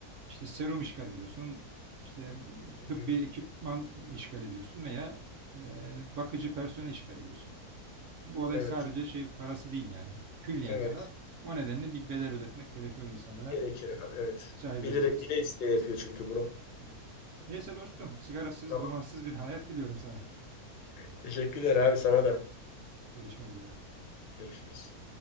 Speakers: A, on the right; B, on the left.
A: İşte serum işgal ediyorsun. İşte
B: Hı
A: tıbbi
B: hı.
A: ekipman işgal ediyorsun veya e, bakıcı personel işgal ediyorsun. Bu olay
B: Evet,
A: sadece şey parası değil yani. Külliyen
B: evet.
A: zarar. O nedenle bir bedel ödetmek gerekiyor insanlara.
B: Gerekir abi evet.
A: Caydırıcılık.
B: Bilerek bile isteye yapıyor çünkü bunu.
A: Evet. Neyse dostum, sigarasız,
B: Tamam.
A: dumansız bir hayat diliyorum sana.
B: Teşekkürler abi sana da.
A: Görüşmek üzere.
B: Görüşürüz.